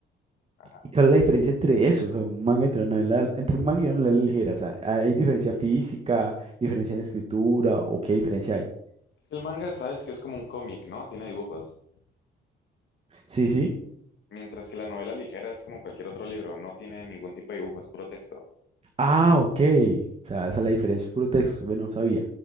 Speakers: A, on the left (about 65°); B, on the right (about 30°).
A: Ajá.
B: ¿Y cuál es la diferencia entre eso? O sea, un manga entre una novela, entre un manga y una novela ligera, o sea, ¿hay diferencia física, diferencia en escritura o qué diferencia hay?
A: Es que el manga, sabes que es como un cómic, ¿no? Tiene dibujos.
B: Sí, sí.
A: Mientras que la novela ligera es como cualquier otro libro, no tiene ningún tipo de dibujo, es puro texto.
B: Ah, ok. O sea, esa es la diferencia, es puro texto. Bueno, no sabía.